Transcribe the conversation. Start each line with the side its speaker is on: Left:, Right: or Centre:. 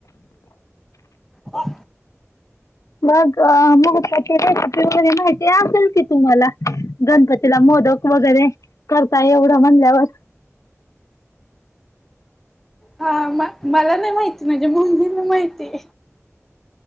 Centre: ह
Left: मग मग त्याची रेसिपी वगैरे माहिती असेल की तुम्हाला गणपतीला मोदक वगैरे करता एवढं म्हणल्यावर
Centre: हा म मला नाही माहिती माझ्या मम्मीला माहिती